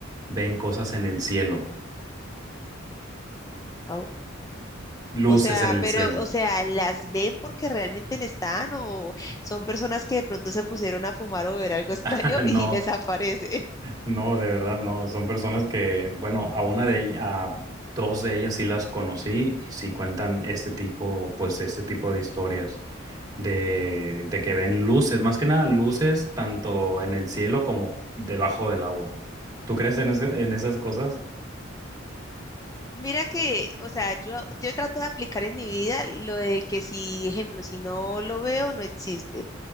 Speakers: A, on the right; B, on the left.
A: ven cosas en el cielo,
B: Au.
A: luces
B: O sea,
A: en el
B: pero,
A: cielo.
B: o sea, ¿las ven porque realmente no están o son personas que de pronto se pusieron a fumar o ver algo <laughs> extraño
A: <laughs> No.
B: y les aparece? <laughs>
A: No, de verdad, no. Son personas que, bueno, a una de ellas, a dos de ellas sí las conocí y sí cuentan este tipo, pues este tipo de historias de, de que ven luces, más que nada luces tanto en el cielo como debajo del agua. ¿Tú crees en ese- en esas cosas?
B: Mira que, o sea, yo, yo trato de aplicar en mi vida lo de que si, ejemplo, si no lo veo, no existe.